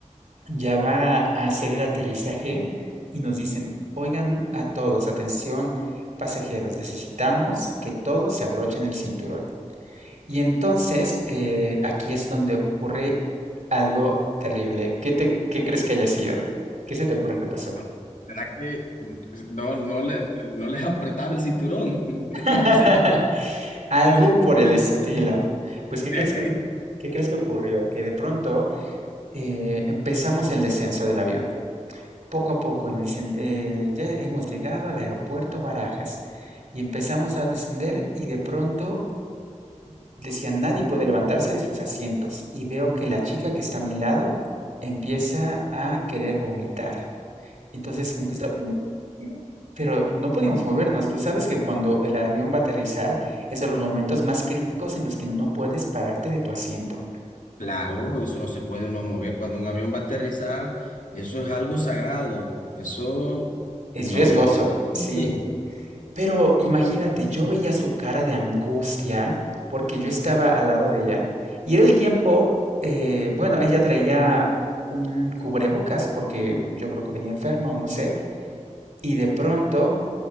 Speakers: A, on the right; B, on the left.
A: ya va a hacer el aterrizaje y nos dicen, oigan a todos, atención pasajeros, necesitamos que todos se abrochen el cinturón. Y entonces eh, aquí es donde ocurre algo terrible. ¿Qué, te, ¿Qué crees que haya sido? ¿Qué se te ocurre que pasó?
B: No, ¿será que mm, No, no, le, no les apretaba el cinturón. <laughs>
A: <laughs>
B: No sé.
A: Algo
B: no sé
A: por
B: qué
A: el
B: se
A: estilo.
B: me ocurre?
A: Pues, ¿qué
B: <laughs>
A: crees que, qué crees que ocurrió? Que de pronto eh, empezamos el descenso del avión. poco a poco y nos dicen, eh, ya hemos llegado al aeropuerto Barajas y empezamos a descender y de pronto decían, nadie puede levantarse de sus asientos y veo que la chica que está a mi lado empieza a querer vomitar. Entonces como que está... "Mm, mm", Pero no podíamos movernos. Tú sabes que cuando el avión va a aterrizar es de los momentos más críticos en los que no puedes pararte de tu asiento.
B: Claro, eso no se puede uno mover. Cuando un avión va a aterrizar, eso es algo sagrado. Eso
A: Es
B: no,
A: riesgoso,
B: no.
A: sí.
B: Sí.
A: Pero imagínate, yo veía su cara de angustia porque yo estaba al lado de ella y era el tiempo, eh, bueno, ella traía un cubrebocas porque yo creo que venía enferma o no sé, y de pronto